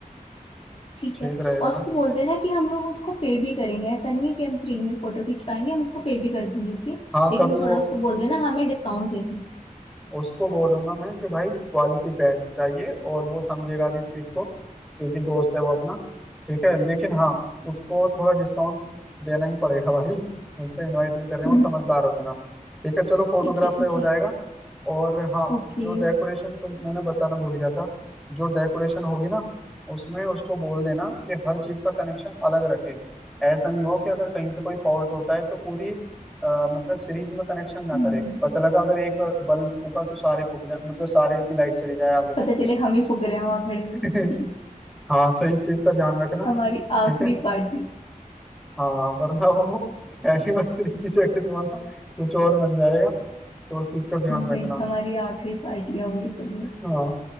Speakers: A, on the left; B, in the centre.
A: ठीक
B: ठीक
A: है
B: रहेगा
A: और उसको
B: ना
A: बोलते हैं ना कि हम लोग उसको पे भी करेंगे ऐसा नहीं है कि हम फ्री में फोटो खींच पाएंगे हम उसको पे भी कर देंगे ओके
B: हाँ
A: लेकिन
B: कभी वो
A: थोड़ा उसको बोल देना हमें डिस्काउंट देते हैं
B: उसको बोलूंगा मैं कि भाई क्वालिटी बेस्ट चाहिए और वो समझेगा भी इस चीज को क्योंकि दोस्त है वो अपना ठीक है लेकिन हाँ उसको थोड़ा डिस्काउंट देना ही पड़ेगा <laughs> भाई उसको इनवाइट भी कर रहे
A: <laughs>
B: हैं वो समझदार होता ना ठीक है चलो फोटोग्राफ
A: ठीक है ठीक
B: पे हो
A: है
B: जाएगा और हाँ
A: ओके
B: जो डेकोरेशन तुम मैंने बताना भूल गया था जो डेकोरेशन होगी ना उसमें उसको बोल देना कि हर चीज का कनेक्शन अलग रखे ऐसा नहीं हो कि अगर कहीं से कोई फॉल्ट होता है तो पूरी अ, मतलब सीरीज में कनेक्शन ना
A: हम्म
B: करे पता लगा अगर एक बल्ब फूका तो सारे फूक जाए मतलब सारे की लाइट चली जाए आगे तक
A: पता चले
B: की
A: हम ही फुक रहे हैं वहां खड़े हुए
B: <laughs> हाँ तो इस चीज का ध्यान रखना
A: हमारी आखिरी
B: ठीक है
A: पार्टी
B: हाँ वरना वो एनिवर्सरी की जगह जो है ना कुछ और बन जाएगा तो उस चीज का ध्यान रखना
A: भाई हमारी आखिरी पार्टियां होंगी फिर वो।
B: हाँ